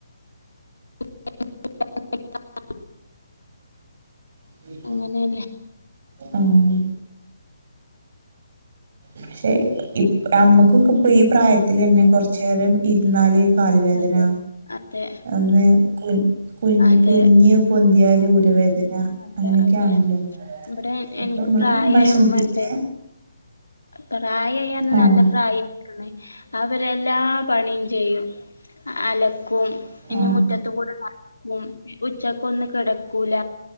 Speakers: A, on the left (about 80°); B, on the right (about 50°).
A: <unintelligible>
B: ഉം
A: അങ്ങനെണ്
B: ആഹ് പക്ഷെ ഇ ഞമ്മക്കൊക്കെ ഇപ്പൊ ഈ പ്രായത്തിലെന്നെ കുറച്ച് നേേരം ഇരുന്നാല് കലുവേദന
A: അതെ അതെ
B: ഒന്ന് കുഞ് കുഞ്ഞ്
A: അതെ
B: കുനിഞ് പൊന്തിയാൽ ഊരവേദന
A: അതെ
B: അങ്ങനെയൊക്കെയാണല്ലോ
A: അതെ ഇവിടെ
B: ഇപ്പൊ
A: എനിക്ക്
B: നമ്മള്
A: പ്രായമായ
B: ഭക്ഷണത്തിലത്തെ
A: ഉമ്മണ്ട് പ്രായായി എന്ന് പറഞ്ഞാൽ
B: ആഹ്
A: നല്ല പ്രായയിക്ക്‌ണ് അവരെല്ലാ പണിയും ചെയ്യും അലക്കും പിന്നെ
B: ആഹ്
A: മുറ്റത്ത് കൂടെ പണിടുക്കും ഉച്ചക്ക്‌ ഒന്നും കിടക്കൂല